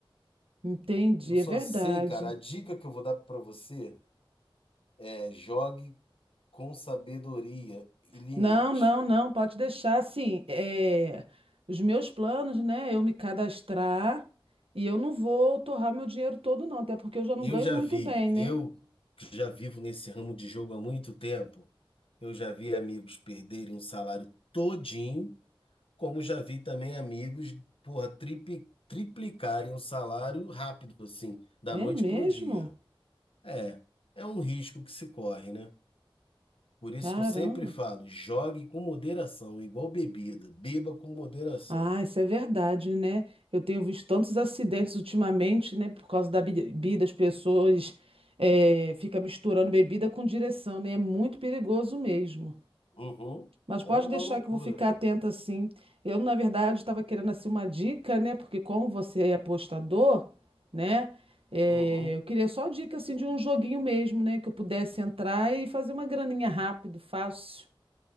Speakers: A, on the right (about 85°); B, on the left (about 80°).
A: entendi,
B: Eu só
A: é verdade.
B: sei, cara, a dica que eu vou dar pra você é jogue com sabedoria e limite.
A: Não, não, não, pode deixar assim. é, os meus planos, né? Eu me cadastrar e eu não vou torrar meu dinheiro todo, não, até porque eu já não
B: Eu
A: ganho
B: já
A: muito
B: vi,
A: bem,
B: eu
A: né?
B: que já vivo nesse ramo de jogo há muito tempo, eu já vi amigos perderem um salário todinho, como já vi também amigos, porra, tripli- triplicarem o salário rápido, assim, da
A: É
B: noite
A: mesmo?
B: pro dia. É, é um risco que se corre, né? Por isso
A: Caramba.
B: que eu sempre falo, jogue com moderação, igual bebida, beba com moderação.
A: Ah, isso é verdade, né? Eu tenho visto tantos acidentes ultimamente, né? Por causa da bebida, as pessoas é, ficam misturando bebida com direção, né? É muito perigoso mesmo.
B: Uhum,
A: Mas pode
B: É uma
A: deixar
B: loucura.
A: que eu vou ficar atenta sim. Eu, na verdade, estava querendo assim uma dica, né? Porque como você é apostador, né? eh,
B: uhum.
A: eu queria só dica assim de um joguinho mesmo, né? Que eu pudesse entrar e fazer uma graninha rápido, fácil.